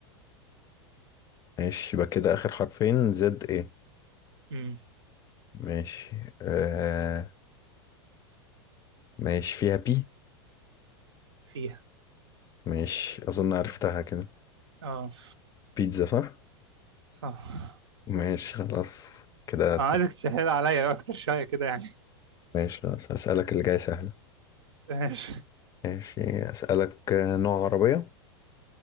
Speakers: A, on the left; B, on the right.
A: ماشي يبقى كده آخر حرفين زد ايه
B: مم.
A: ماشي آه ماشي فيها بي
B: فيها
A: ماشي أظن عرفتها كده
B: اه
A: بيتزا صح
B: صح
A: ماشي خلاص كده
B: آه عايزك تسهل عليا أكتر شوية كده يعني
A: ماشي خلاص هسألك اللي جاي سهل
B: ماشي
A: ماشي أسألك آه، نوع عربية